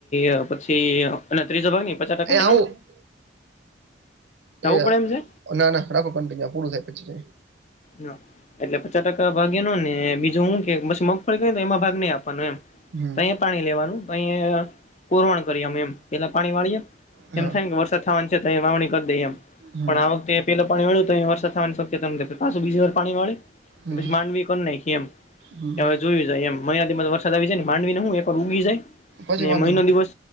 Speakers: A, on the left; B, on the right.
A: અહ પછી અહ પેલા ત્રીજો ભાગ નઈ પચાસ ટકા
B: એ આવું
A: એનો
B: એ
A: પડે
B: આ
A: એમ છે
B: ના ના રાખો ફોન કઈની આ પુરૂ થાય પછી જોઈએ.
A: ના એટલે પચાસ ટકા ભાગ એનો ને બીજું હું કે પછી મગફળી કરી ને એમાં ભાગ નહી આપવાનો એમ
B: હમ
A: તયે પાણી લેવાનું તયે અહ પુરવણ કરીએ અમે એમ પેલા પાણી વાળીએ
B: હા
A: એમ થાય ને કે વરસાદ થવાન છે તયે વાવણી કરી દઈ એમ
B: હમ
A: પણ આ વખતે પેલા પાણી વાળ્યુ તય વરસાદ થવાની શક્યતા નથી પાછું બીજી વાર પાણી વાળે
B: હમ
A: પછી માંડવી એ કરી નાયખી એમ
B: હમ
A: કે હવે જોયું જાય એમ મહિના દિવસ વરસાદ આવી જાય ને માંડવીને હું એકર ઉગી જાય
B: પછી
A: ને
B: વાંધો
A: મહિનો
B: ન આવે.
A: દિવસ